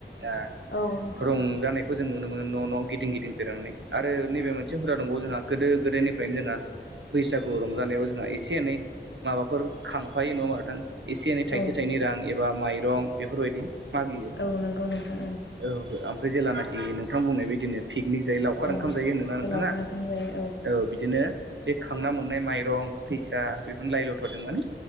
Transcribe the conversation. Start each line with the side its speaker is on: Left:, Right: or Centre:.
Right: ओ
Left: औ नोंथां
Right: रंजानायखौ जों नुनो मो न' न' गिदिं गिदिं बेेरांनानै आरो नैबे मोनसे हुदा दंबावो जोंहा गोदो गोदायनिफ्रायनो जोंहा। बैसागु रंजानायाव जोंहा एसे एनै माबाफोर खांफायो नङामा नोंथां? एसे एनै थाइसे
Left: औ
Right: थाइनै रां एबा माइरं बेफोरबायदि मागियो
Left: औ नंगौ नोंथां
Right: औ ओमफ्राय जेलानाखि नोंथां बुंनाय बदिनो पिकनिक जायो लावखार
Left: ओं
Right: ओंखाम जायो होनदों नानोंथाङा
Left: औ लावखार ओंखाम जायो
Right: औ बिदिनो बे खांना मोननाय माइरं फैसा बेफोर लाइ लथरजों माने